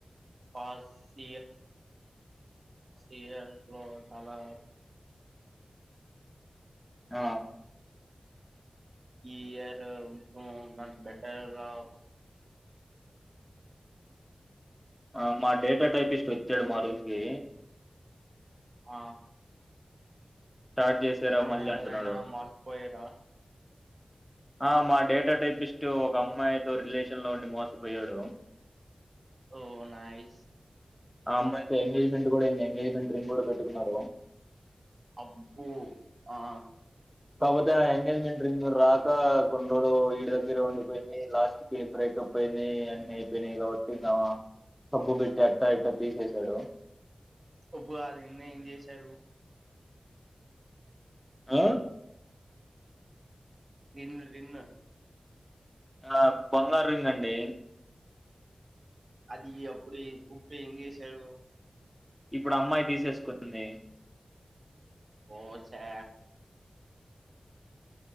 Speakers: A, on the right; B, in the centre.
A: లాస్ట్ ఇయర్ లో చాలా
B: ఆ
A: ఈ ఇయర్ నాకు బెటర్గా
B: ఆ మా డేటా టైపిస్ట్ వచ్చాడు మా రూంకి
A: ఆ
B: స్టార్ట్ చేశారా
A: అయినా
B: మళ్ళీ అంటున్నాడు
A: కద అయినా మర్చిపోయార
B: ఆ మా డేటా టైపిస్ట్ ఒక అమ్మాయితో రిలేషన్ లో ఉండి మోసపోయాడు.
A: ఓ నైస్
B: ఆ అమ్మాయితో ఎంగేజ్మెంట్ కూడా అంది ఎంగేజ్మెంట్ రింగ్ కూడా పెట్టుకున్నాడు.
A: అబ్బో ఆ
B: కాకపోతే ఆ ఎంగేజ్మెంట్ రింగ్ రాక కోన్ చూడు వీడి దగ్గరే ఉండిపోయింది లాస్ట్ విని బ్రేకప్ అయింది అన్ని అయిపోయినాయి కాబట్టి సబ్బు పెట్టి అట్టా ఇట్టా తీసేసాడు
A: ఉప్పు కాదు నిన్న ఏం చేసారు.
B: అ
A: రీన్ రీన్
B: ఆ బంగార్రింగ్ అండి.
A: అది అప్పుడు ఇప్పుడు ఏం చేశాడు
B: ఇప్పుడు అమ్మాయి తీసేసుకుంటుంది.
A: ఓ చా